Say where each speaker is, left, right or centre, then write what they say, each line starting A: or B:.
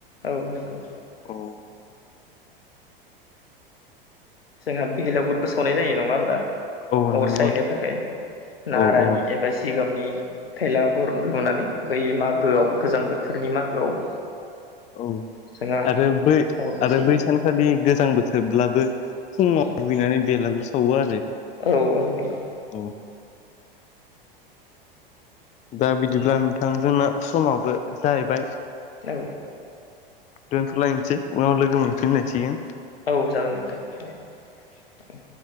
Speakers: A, on the left; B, on the left.
A: औ नंगौ।
B: औ
A: जोंहा भेलावगुरबो सावनाय जायो नङा होमबा?
B: औ
A: अर
B: नंगौ
A: सायैनो थाखाय नारानि
B: औ औ
A: एबा जिगाब नि थेलाघर लुनानै बै मागोआव गोजां बोथोरनि मागोआव
B: औ
A: जोंहा
B: आरो बै
A: अरबो
B: आरो
A: सैनाय
B: बै सानखालि गोजां बोथोरब्लाबो फुङाव
A: जायो औ
B: फैनानै बेलागुर सावो आरो।
A: औ औ नंगौ।
B: औ दा बिदिब्ला नोंथांजोंना समाबो जाहैबाय।
A: औ
B: दोनथ'लायसै उनाव लोगो मोनफिननायसिगोन।
A: औ जागोन नोंथां औ औ